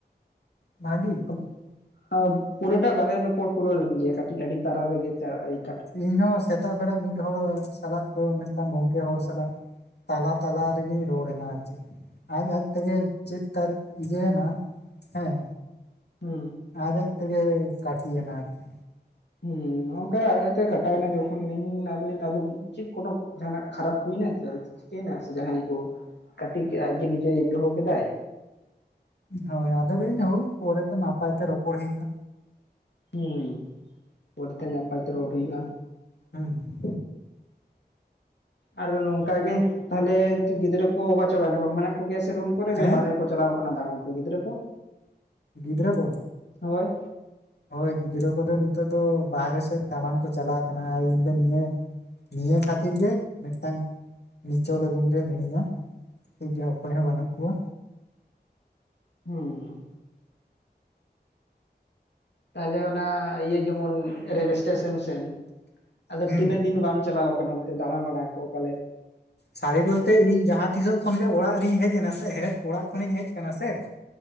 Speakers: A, on the left (about 70°); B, on the left (about 90°).
A: ᱵᱷᱟᱜᱤ
B: ᱟᱸᱻ ᱯᱩᱨᱟᱹᱴᱟ ᱵᱟᱞᱤᱧ ᱨᱚᱯᱚᱨ ᱯᱩᱨᱟᱹᱣ ᱞᱮᱱ ᱜᱮᱭᱟ ᱠᱟᱹᱴᱤᱡ ᱟᱹᱰᱤ ᱛᱟᱨᱟ ᱨᱮᱜᱮ ᱪᱟ
A: ᱤᱧᱦᱚᱸ ᱥᱮᱛᱟᱜ ᱵᱮᱲᱟ ᱢᱤᱫ ᱦᱚᱲ ᱥᱟᱞᱟᱜ ᱫᱚ ᱢᱤᱫᱴᱟᱝ ᱜᱚᱝᱠᱮ ᱦᱚᱲ ᱥᱟᱞᱟᱜ ᱛᱟᱞᱟ ᱛᱟᱞᱟ ᱨᱮᱜᱮᱧ ᱨᱚᱲᱱᱟ ᱟᱨ ᱪᱮᱫ ᱟᱡ ᱟᱡ ᱛᱮᱜᱮ ᱪᱮᱫ ᱛᱟᱨ <unintelligible> ᱮᱱᱟ ᱦᱮᱸ
B: ᱦᱩᱸ
A: ᱟᱡ ᱟᱡ ᱛᱮᱜᱮ ᱠᱟᱴᱤ ᱮᱱᱟ ᱟᱛᱮ
B: ᱦᱩᱸ ᱱᱚᱝᱠᱟ ᱟᱡ ᱟᱡᱛᱮ ᱠᱟᱴᱟᱣᱮᱱᱟ ᱡᱚᱠᱷᱚᱱ ᱱᱤᱧ <unintelligible> ᱟᱫᱚ ᱪᱮᱫ ᱠᱚᱱᱚ ᱡᱟᱸᱦᱱᱟᱜ ᱠᱷᱟᱨᱟᱯ ᱦᱩᱭᱮᱱᱟ ᱥᱮ ᱥᱮ ᱡᱟᱦᱟᱸᱭ ᱠᱚ ᱠᱟᱹᱴᱤ ᱠᱮᱫᱟ ᱟᱡ ᱜᱮ ᱱᱤᱡᱮ ᱫᱚᱦᱚ ᱠᱮᱫᱟᱭ
A: ᱦᱳᱭ ᱟᱫᱚ ᱞᱤᱧ ᱞᱟᱹᱭᱫᱟ ᱦᱳᱭ ᱯᱚᱨᱮᱛᱮ ᱱᱟᱯᱟᱭ ᱛᱮ ᱨᱚᱯᱚᱲ ᱦᱩᱭᱩᱜᱼᱟ
B: ᱦᱩᱸ ᱚᱰᱮᱛᱮ ᱱᱟᱯᱟᱭ ᱛᱮ ᱨᱚᱲ ᱦᱩᱭᱩᱜᱼᱟ
A: ᱦᱩᱸ
B: ᱟᱨ ᱫᱚ ᱱᱚᱝᱠᱟ ᱜᱮ ᱛᱟᱦᱚᱞᱮ ᱜᱤᱫᱽᱨᱟᱹ ᱠᱚ ᱚᱠᱟ ᱪᱟᱵᱟᱭᱱᱟ ᱠᱚᱜᱭᱟ ᱥᱮ ᱨᱩᱢ ᱠᱚᱨᱮ
A: ᱦᱮᱸ
B: ᱵᱟᱨᱮ ᱠᱚ ᱪᱟᱞᱟᱣ ᱠᱟᱱᱟ ᱫᱟᱬᱟᱱ ᱠᱚ ᱜᱤᱫᱽᱨᱟᱹ ᱠᱚ
A: ᱜᱤᱫᱽᱨᱟᱹ ᱠᱚ
B: ᱦᱳᱭ
A: ᱦᱳᱭ ᱜᱤᱫᱽᱨᱟᱹ ᱠᱚᱫᱚ ᱱᱤᱛᱚᱜ ᱫᱚ ᱵᱟᱦᱨᱮ ᱥᱮᱫ ᱫᱟᱬᱟᱱ ᱠᱚ ᱪᱟᱞᱟᱣ ᱠᱟᱱᱟ ᱤᱧ ᱫᱚ ᱱᱤᱭᱟᱹ ᱱᱤᱭᱟᱹ ᱠᱷᱟᱹᱛᱤᱨ ᱜᱮ ᱢᱤᱫᱴᱟᱝ ᱱᱤᱪᱚᱞ ᱨᱩᱢ ᱨᱮ ᱢᱤᱱᱟᱹᱧᱟ ᱴᱷᱤᱠᱜᱮᱭᱟ ᱚᱠᱚᱭ ᱦᱚᱸ ᱵᱟᱹᱱᱩᱜ ᱠᱚᱣᱟ
B: ᱦᱩᱸ ᱛᱟᱦᱞᱮ ᱚᱱᱟ ᱤᱭᱟᱹ ᱡᱮᱢᱚᱱ ᱨᱮᱹᱞ ᱮᱴᱮᱥᱚᱱ ᱥᱮᱱ ᱟᱫᱚ
A: ᱦᱩᱸ
B: ᱛᱤᱱᱟᱹᱜ ᱫᱤᱱ ᱵᱟᱢ ᱪᱟᱞᱟᱣ ᱟᱠᱟᱱᱟ ᱱᱚᱛᱮ ᱫᱟᱬᱟ ᱵᱟᱲᱟ ᱠᱚ ᱯᱟᱞᱮᱫ
A: ᱥᱟᱹᱨᱤ ᱜᱚᱞᱛᱮ ᱤᱧ ᱡᱟᱦᱟᱸ ᱛᱤᱥᱚᱜ ᱠᱷᱚᱱᱜᱮ ᱚᱲᱟᱜ ᱨᱤᱧ ᱦᱮᱡ ᱮᱱᱟ ᱥᱮ ᱦᱮᱡ ᱚᱲᱟᱜ ᱠᱷᱚᱱᱤᱧ ᱦᱮᱡ ᱟᱠᱟᱱᱟ ᱥᱮ ᱻ